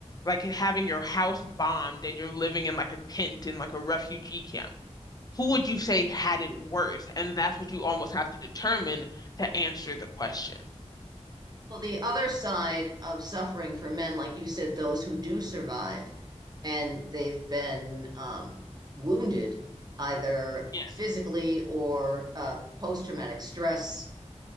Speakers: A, on the left; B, on the right.
A: like having your house bombed and you're living in like a tent in like a refugee camp. Who would you say had it worse? And that's what you almost have to determine to answer the question.
B: Well, the other side of suffering for men, like you said, those who do survive and they've been um, wounded either
A: Yes.
B: physically or uh, post-traumatic stress,